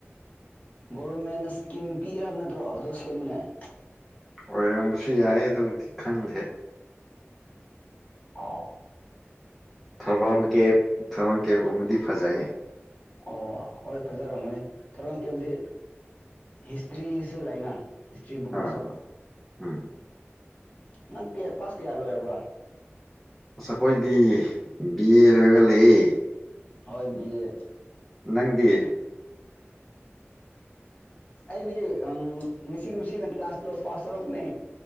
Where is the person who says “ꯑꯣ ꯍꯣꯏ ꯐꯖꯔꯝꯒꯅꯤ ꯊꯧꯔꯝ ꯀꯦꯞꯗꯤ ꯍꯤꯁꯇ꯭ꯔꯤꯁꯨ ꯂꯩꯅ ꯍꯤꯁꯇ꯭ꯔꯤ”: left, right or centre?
Left